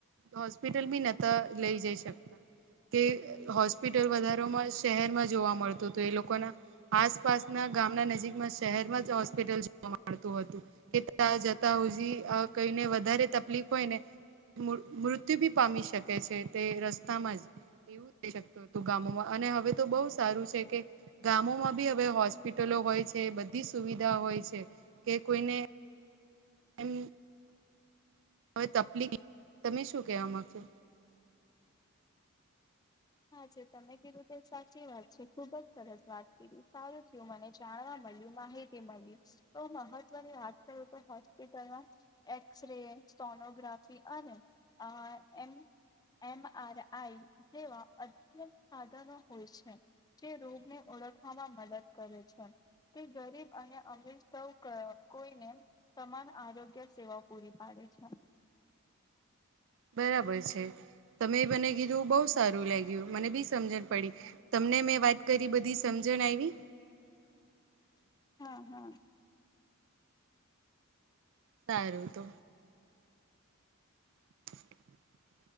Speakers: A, on the right (about 60°); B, on the left (about 15°).
A: હોસ્પિટલ બી નતા લઈ જઈ શકતા. તે હોસ્પિટલ વધારોમાં શહેરમાં જોવા મળતું તુ એ લોકો કોના આસપાસના ગામના નજીકમાં શહેરમાં જ હોસ્પિટલ જોવા મળતું હતું કે ત્યાં જતા હોજી અ કોઈને વધારે તકલીફ હોય ને. મૃ મૃત્યુ ભી પામી શકે છે તે રસ્તામાં જ. એવું થઈ શકતું હતું ગામોમાં અને હવે તો બહુ સારું છે કે ગામોમાં બી હવે હોસ્પિટલો હોય છે બધી સુવિધા હોય છે. કે કોઈને એમ હવે તપલીક તમે શું કહેવા માંગ છો?
B: હા જે તમે કીધું તે સાચી વાત છે. ખુબ જ સરસ વાત કીધી સારું થયું મને જાણવા મળ્યું માહિતી મળ્યું તો મહત્વની વાત કરું તો હોસ્પિટલમાં એક્સરે સ્ટોનોગ્રાફી અને અ એમ એમ આર આઈ જેવા અધ્યન સાધનો હોય છે જે રોગને ઓળખવામાં મદદ કરે છે. તે ગરીબ અને અમીર સૌ કોઈને સમાન આરોગ્ય સેવાઓ પૂરી પાડ એછા
A: બરાબર છે. તમે બને કીધું બહુ સારું લાગ્યું મને બી સમજણ પડી તમને મેં વાત કરી બધી સમજ ન આયવી.
B: <unintelligible> હા હા.
A: સારું તો. <unintelligible>